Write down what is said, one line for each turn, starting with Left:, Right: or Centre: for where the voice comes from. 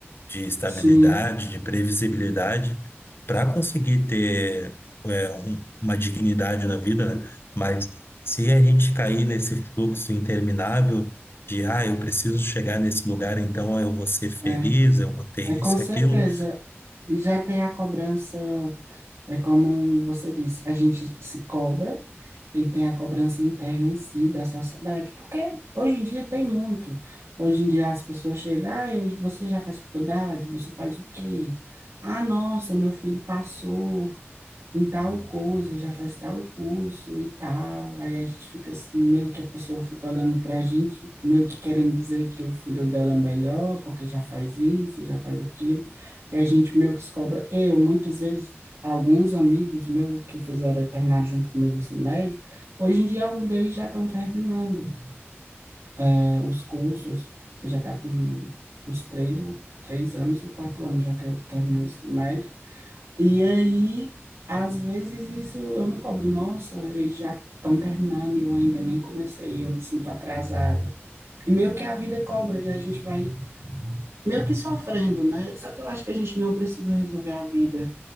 Left: de estabilidade,
Right: sim,
Left: de previsibilidade, para conseguir ter é, um- uma dignidade na vida, né? Mas se a gente cair nesse fluxo interminável de, ah, eu preciso chegar nesse lugar, então eu vou ser feliz,
Right: é,
Left: eu vou ter
Right: é com
Left: isso
Right: certeza.
Left: e aquilo,
Right: E já tem a cobrança, é como você disse, a gente se cobra e tem a cobrança interna em si da sociedade, porque hoje em dia tem muito. Hoje em dia as pessoas chegam, ah, hoje você já faz faculdade, você faz o quê? Ah, nossa, meu filho passou. em tal coisa, já faz tal curso e tal. Aí a gente fica assim, meio que a pessoa fica olhando pra gente, meio que querendo dizer que o filho dela é melhor, porque já faz isso, já faz aquilo. E a gente meio que se cobra. Eu, muitas vezes, alguns amigos meus que fizeram, terminaram junto comigo o ensino médio, hoje em dia alguns deles já estão terminando é, os cursos, que já tá com uns três ou três anos ou quatro anos já que eu terminei o ensino médio. E aí, às vezes isso eu me cobro, nossa, eles já estão terminando e eu ainda nem comecei, eu me sinto atrasado. E meio que a vida cobra e a gente vai meio que sofrendo, né? Só que eu acho que a gente não precisa resolver a vida